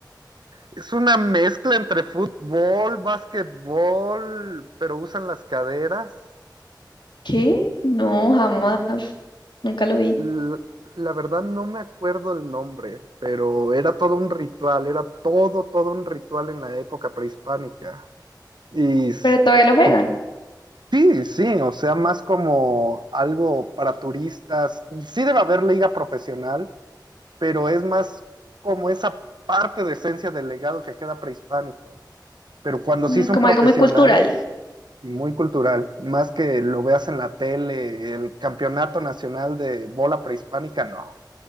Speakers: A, on the right (about 70°); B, on the left (about 80°).
A: es una mezcla entre fútbol, básquetbol, pero usan las caderas
B: ¿Qué? No, jamás. Nunca lo vi.
A: L- La verdad no me acuerdo el nombre, pero era todo un ritual, era todo, todo un ritual en la época prehispánica. Y s-
B: Pero todavía lo juegan.
A: tu- sí, sí, o sea, más como algo para turistas. Sí debe haber liga profesional, pero es más como esa parte de esencia del legado que queda prehispánico. Pero cuando
B: Mm,
A: sí son
B: Como
A: profesionales
B: algo muy cultural.
A: y muy cultural, más que lo veas en la tele, el campeonato nacional de bola prehispánica, no.